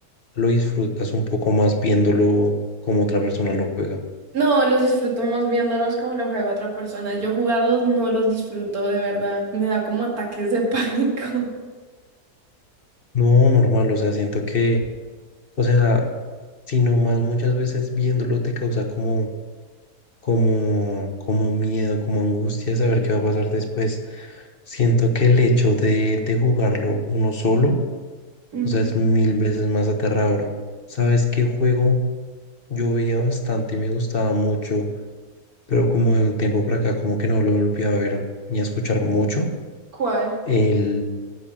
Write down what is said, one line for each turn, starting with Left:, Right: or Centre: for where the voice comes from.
Left: lo disfrutas un poco más viéndolo como otra persona lo juega?
Right: No, los disfruto más viéndolos como los juega otra persona. Yo jugarlos no los disfruto de verdad. Me da como ataques de pánico. <laughs>
Left: No, normal, o sea, siento que, o sea, sino más muchas veces viéndolo te causa como, como, como miedo, como angustia de saber qué va a pasar después. Siento que el hecho de, de jugarlo uno solo,
Right: Ujú.
Left: o sea, es mil veces más aterrador. ¿Sabes qué juego? Yo veía bastante y me gustaba mucho, pero como de un tiempo para acá, como que no lo volví a ver ni a escuchar mucho.
Right: ¿Cuál?
Left: El,